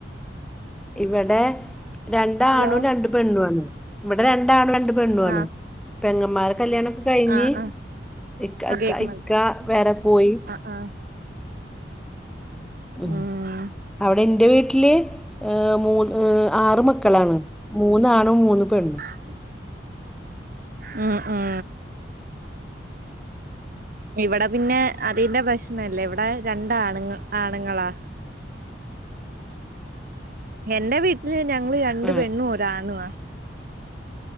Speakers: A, in the centre; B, on the right (about 50°).
A: ഇവിടെ രണ്ടാണും
B: ഹലോ
A: രണ്ട് പെണ്ണു ആണ് ഇവിടെ രണ്ടാണും രണ്ട് പെണ്ണു ആണ്
B: ആ
A: പെങ്ങമാരെ കല്യാണമക്കെ കഴിഞ്ഞ്
B: ആ ആ
A: ഇക്ക
B: ആ കേക്കുന്നു
A: ഇക്ക വേറെ പോയി
B: ആ ആ
A: ഉ
B: ഉം
A: അവിടെ ഇൻ്റെ വീട്ടില് ഏ മൂന്ന് ഏ ആറ് മക്കളാണ് മൂന്നാണും മൂന്ന് പെണ്ണും
B: ഉ ഉം ഉം ഇവിടെ പിന്നെ അതിന്റെ പ്രശ്നല്ലേ ഇവിടെ രണ്ട ആണുങ്ങ ആണുങ്ങളാ എൻന്റെ വീട്ടില് ഞങ്ങള് രണ്ട്
A: ആഹ്
B: പെണ്ണും ഒരാണുവാ